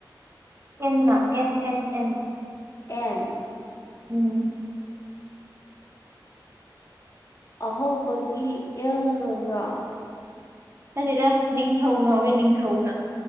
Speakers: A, on the right; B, on the left.
A: ꯑꯦꯟꯅ ꯑꯦꯟ ꯑꯦꯟ ꯑꯦꯟ
B: ꯑꯦꯟ
A: ꯎꯝ
B: ꯑꯍꯧꯕꯒꯤ ꯑꯦꯜꯅ ꯂꯣꯏꯕ꯭ꯔꯥ
A: ꯈꯪꯗꯦꯗ ꯅꯤꯡꯊꯧ ꯍꯧꯋꯦ ꯅꯤꯡꯊꯧꯅ